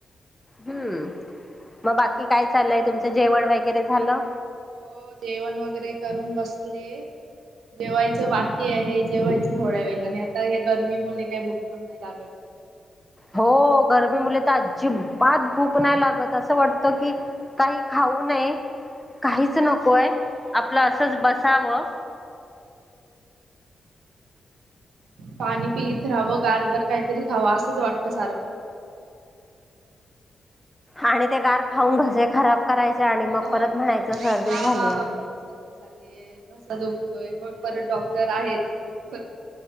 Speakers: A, in the centre; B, on the right (about 80°).
A: हम्म मग बाकी काय चाललंय तुमचं जेवण वगैरे झालं?
B: हो जेवण वगैरे करून बसले. जेवायचं बाकी आहे जेवायचं थोड्या वेळे आणि आता गरमी मुळे काही भुक पण नाही लागतं.
A: हो गरमी मुळे तर अजिबात भूक नाही लागतं असं वाटतं की काही खाऊ नाही काहीच नकोय आपलं असंच बसावं
B: पाणी पित राहावं गारगार काहीतरी खावं असंच वाटतं सारखं
A: आणि ते गार खाऊन घसे खराब करायचे आणि मग
B: हो.
A: परत म्हणायचं सर्दी
B: हा
A: झाली आहे.
B: सर्दी घसा दुखतोय मग परत डॉक्टर आहेच मग